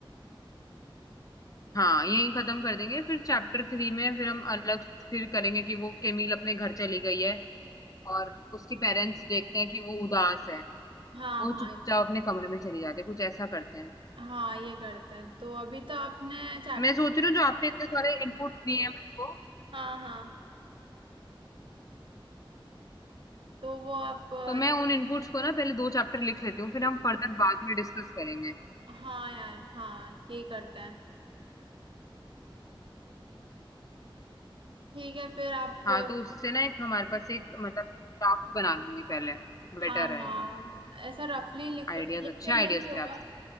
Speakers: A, on the left (about 40°); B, on the right (about 70°).
A: हाँ यही खत्म कर देंगे फिर चैप्टर थ्री में फिर हम अलग फिर करेंगे कि वो केमिल अपने घर चली गई है और उसके पेरेंट्स देखते हैं कि वो उदास है
B: हाँ
A: वो
B: हाँ
A: चुपचाप अपने कमरे में चली जाती है कुछ ऐसा करते हैं
B: हाँ ये करते हैं तो अभी तो आपने चैप्टर
A: मैं सोच रही हूँ जो आपने इतने सारे इनपुट दिए हैं मेरे को
B: हाँ हाँ तो वो आप अ,
A: तो मैं उन इनपुट्स को ना पहले दो चैप्टर लिख लेती हूँ फिर हम फर्दर बाद में डिस्कस करेंगे
B: हाँ यार हाँ यही करते हैं ठीक है फिर आप
A: हाँ
B: अ,
A: तो उससे ना एक हमारे पास एक मतलब ड्राफ्ट बना लूंगी पहले
B: हाँ
A: बेटर रहेगा
B: हाँ ऐसा रफली लिख
A: आइडियाज
B: लिख
A: अच्छे
B: तो लिया
A: आइडियाज
B: ही होगा
A: थे आप